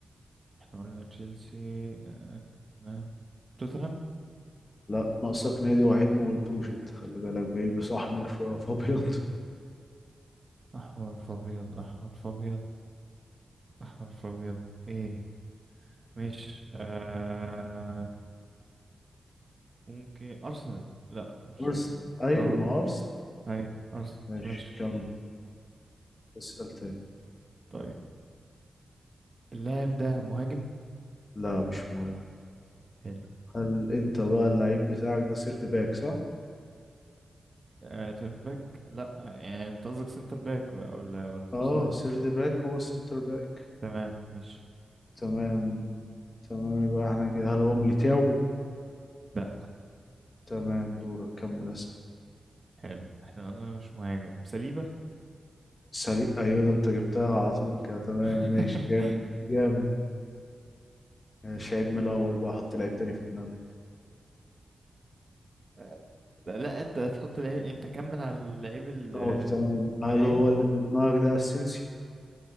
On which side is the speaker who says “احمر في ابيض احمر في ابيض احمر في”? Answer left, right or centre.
Right